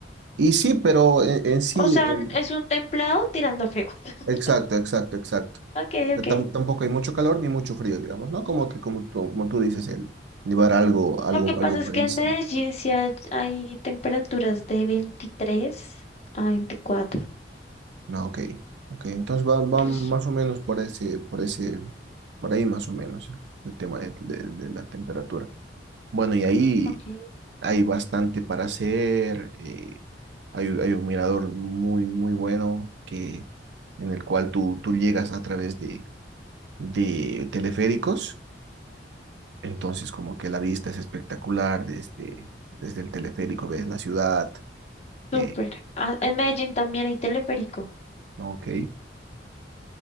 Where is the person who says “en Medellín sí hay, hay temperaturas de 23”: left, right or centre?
Left